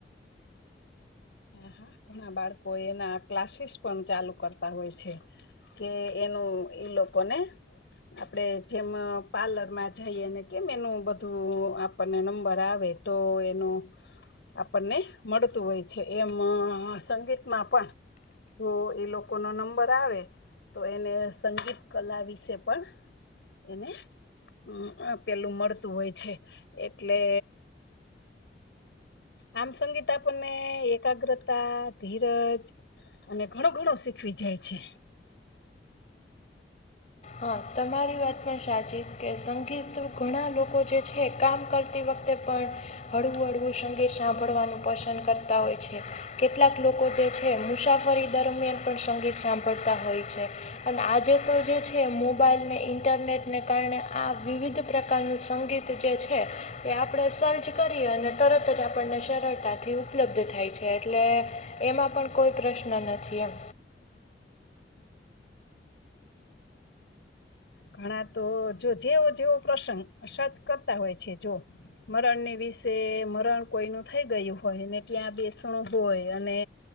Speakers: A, on the left (about 85°); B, on the left (about 40°).
A: <inaudible> હ હા ઘણા બાળકો એના ક્લાસીસ પણ ચાલુ કરતા હોય છે કે એનું એ લોકો ને આપડે જેમ પાર્લરમાં જઈએ ને કેમ એનું બધું આપણને નંબર આવે તો એનું આપણને મળતું હોય છે એમ સંગીતમાં પણ જો એ લોકોનો નંબર આવે તો એને સંગીત કલા વિશે પણ એને હમ અ પેલું મળતું હોય છે. એટલે આમ સંગીત આપણને એકાગ્રતા, ધીરજ અને ઘણું ઘણું શીખવી જાય છે.
B: હા તમારી વાત પણ સાચી કે સંગીત ઘણા લોકો જે છે કામ કરતી વખતે તે પણ હળવું હળવું સંગીત સાંભળવાનું પસંદ કરતા હોય છે. કેટલાક લોકો જે છે મુસાફરી દરમિયાન પણ સંગીત સાંભળતા હોય છે અને આજે તો જે છે મોબાઈલને, ઇન્ટરનેટને કારણે આ વિવિધ પ્રકારનું સંગીત જે છે તે આપણે સર્ચ કરીએ અને તરત જ આપણને સરળતાથી ઉપલબ્ધ થાય છે એટલે એમાં પણ કોઈ પ્રશ્ન નથી એમ
A: <inaudible> ઘણા તો જો જેવો જેવો પ્રસંગ સર્ચ કરતા હોય છે જો મરણની વિશે મરણ કોઈનું થઈ ગયું હોય ને ત્યાં બેસણું હોય અને